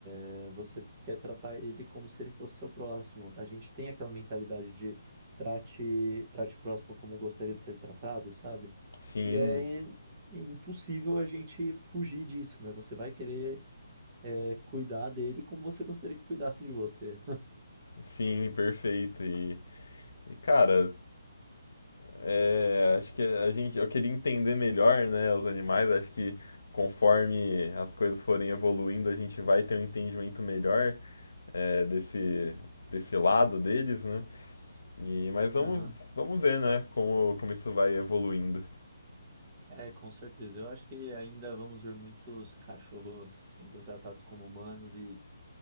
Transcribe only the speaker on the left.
Sim.
Sim, perfeito. E, e cara, é, acho que a gente, eu queria entender melhor, né, os animais. Acho que conforme as coisas forem evoluindo, a gente vai ter um entendimento melhor é, desse, desse lado deles, né? E, mas vamos,
vamos ver, né, como, como isso vai evoluindo.